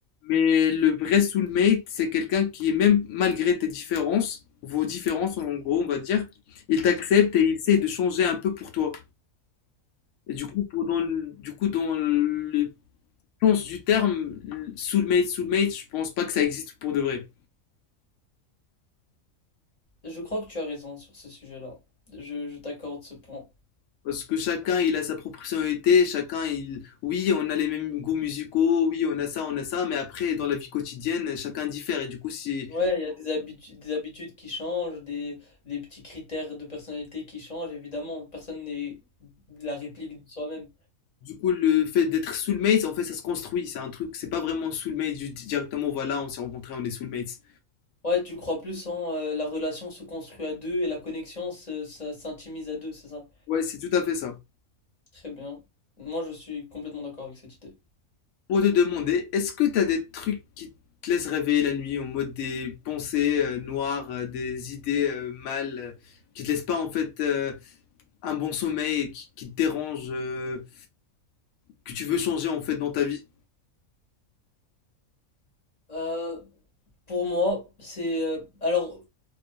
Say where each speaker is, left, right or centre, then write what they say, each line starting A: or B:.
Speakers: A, on the left; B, on the left.
A: Mais le vrai soulmate, c'est quelqu'un qui est même malgré tes différences, vos différences en gros, on va dire, il t'accepte et il essaie de changer un peu pour toi. Et du coup, pour dans le, du coup, dans le sens du terme, soulmate, soulmate, je pense pas que ça existe pour de vrai.
B: Je crois que tu as raison sur ce sujet-là. Je, je t'accorde ce point.
A: Parce que chacun, il a sa propre personnalité, chacun, il... Oui, on a les mêmes goûts musicaux, oui, on a ça, on a ça, mais après, dans la vie quotidienne, chacun diffère. Et du coup, c'est...
B: Ouais, il y a des habitudes, des habitudes qui changent, des, des petits critères de personnalité qui changent, évidemment. Personne n'est la réplique de soi-même.
A: Du coup, le fait d'être soulmates, en fait, ça se construit. C'est un truc, c'est pas vraiment soulmate, du- directement, voilà, on s'est rencontrés, on est soulmates.
B: Ouais, tu crois plus en euh, la relation se construit à deux et la connexion se- ça s'intimise à deux, c'est ça?
A: Ouais, c'est tout à fait ça.
B: Très bien. Moi, je suis complètement d'accord avec cette idée.
A: Pour te demander, est-ce que t'as des trucs qui te laissent rêver la nuit, en mode des pensées euh, noires, euh, des idées euh, mal, euh, qui te laissent pas, en fait, euh, un bon sommeil, et qui, qui te dérangent euh, que tu veux changer en fait dans ta vie.
B: Euh, pour moi, c'est... euh, alors,